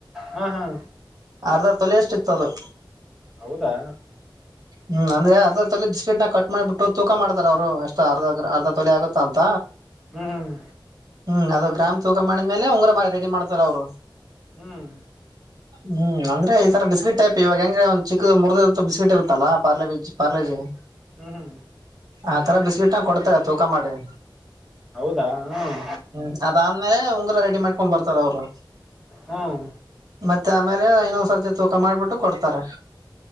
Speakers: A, in the centre; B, on the right.
A: ಹ್ಮ ಹ್ಮ
B: ಅರ್ಧ ತೊಲೆ ಅಷ್ಟು ಇತ್ತದು
A: ಹೌದಾ
B: ಹ್ಮ್ ಅಂದ್ರೆ ಅರ್ಧ ತೊಲಿ ಬಿಸ್ಕಿಟ್ನ ಕಟ್ ಮಾಡಿಬಿಟ್ಟು ತೂಕ ಮಾಡ್ತಾರ ಅವ್ರು ಎಷ್ಟು ಅರ್ಧ ಅರ್ಧ ತೊಲಿ ಆಗುತ್ತ ಅಂತ.
A: ಹ್ಮ್ ಹ್ಮ್
B: ಹ್ಮ್ ಅದು ಗ್ರಾಮ್ ತೂಕ ಮಾಡಿದ್ಮೇಲೆ ಉಂಗರ ಮಾಡ ರೆಡಿ ಮಾಡ್ತಾರ ಅವ್ರು.
A: ಹ್ಮ್
B: ಹ್ಮ್ ಅಂದ್ರೆ ಈ ತರ ಬಿಸ್ಕೆಟ್ ಟೈಪ್ ಇವಾಗ ಹೆಂಗೆ ಒಂದು ಚಿಕ್ ಮುರ್ದಡಿರ್ತ್ ಬಿಸ್ಕೆಟ್ ಇರುತ್ತೆ. ತಾಲ್ಲಾ ಪಾರ್ಲೆಬಿ ಪಾರ್ಲಜೆ
A: ಹ್ಮ್ ಹ್ಮ್
B: ಆ ತರ ಬಿಸ್ಕಿಟ್ನ ಕೊಡ್ತಾರೆ ತೂಕ ಮಾಡಿ.
A: ಹೌದಾ ಹ್ಮ್
B: ಹ್ಮ್ ಅದಾದ್ಮೇಲೆ ಉಂಗುರ ರೆಡಿ ಮಾಡ್ಕೊಂಡ್ ಬರ್ತಾರ ಅವರು.
A: ಹ್ಮ್
B: ಮತ್ತೆ ಆಮೇಲೆ ಇನ್ನೊಂದ್ಸರ್ತಿ ತೂಕ ಮಾಡ್ಬಿಟ್ಟು ಕೊಡ್ತಾರೆ.